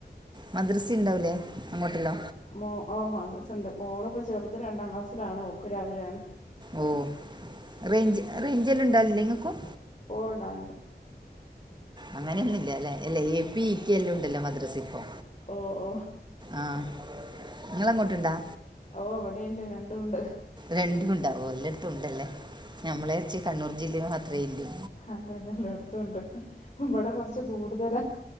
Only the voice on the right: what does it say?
മദ്റസ ഉണ്ടാലേ അങ്ങോട്ട്ള്ള
ഓ റേഞ്ച് റേഞ്ചനെണ്ടലില്ല നിങ്ങക്കും
അങ്ങനെന്നുല്ലല്ലെ അല്ല എപി ഇക്കെ എല്ലാം ഉണ്ടല്ലോ മദ്രസി ഇപ്പോ
ആഹ് നിങ്ങള്ട്ടുണ്ടാ
രണ്ടും ഉണ്ടാവോ എല്ലാടത്തും ഉണ്ടല്ലേ നമ്മളെവച്ച് കണ്ണൂർ ജില്ലമാത്രേല്ല